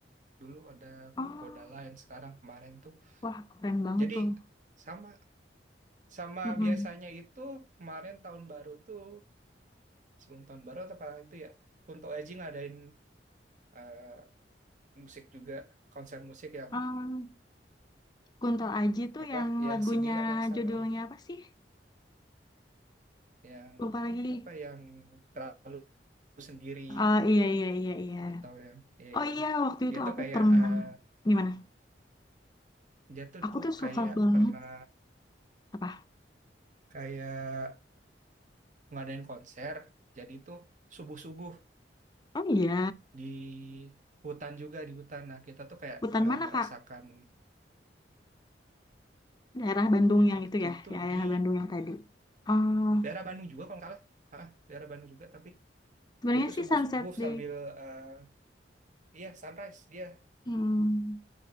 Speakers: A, on the right; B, on the left.
A: dulu ada
B: oh
A: Koda lain sekarang kemarin tuh
B: wah keren banget
A: jadi
B: tuh
A: sama sama
B: Mm-mm.
A: biasanya itu kemarin tahun baru tuh sebelum tahun baru atau apa itu ya Kunto Aji ngadain eh, musik juga konser musik yang
B: Oh. Kunto Aji tuh
A: apa
B: yang
A: yang
B: lagunya
A: similar yang sama
B: judulnya
A: ya
B: apa sih?
A: yang
B: Lupa lagi.
A: apa yang terlalu sendiri
B: Oh iya iya iya iya.
A: atau yang ya
B: Oh
A: ya
B: iya waktu itu
A: dia tuh
B: aku
A: kayak
B: pernah
A: eh,
B: gimana?
A: dia tuh
B: Aku
A: tuh
B: tuh suka
A: kayak
B: banget
A: pernah
B: apa?
A: kayak ngadain konser jadi tuh subuh-subuh
B: Oh iya,
A: di hutan juga di hutan. Nah, kita tuh kayak
B: hutan
A: eh,
B: mana
A: merasakan
B: Kak? Daerah Bandung yang
A: waktu
B: itu ya,
A: itu
B: ya daerah
A: di
B: Bandung yang tadi. Oh,
A: daerah Bandung juga kalau nggak salah. Hah, daerah Bandung juga tapi
B: sebenarnya
A: dia tuh
B: sih
A: subuh-subuh
B: sunset di
A: sambil eh, iya sunrise dia
B: hmm,